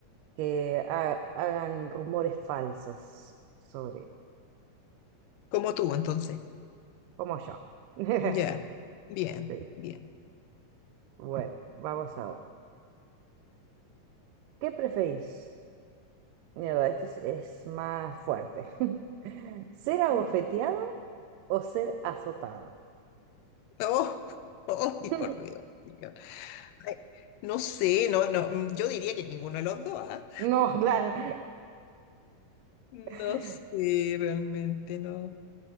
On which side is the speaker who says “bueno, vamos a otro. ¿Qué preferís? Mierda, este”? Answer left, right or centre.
Right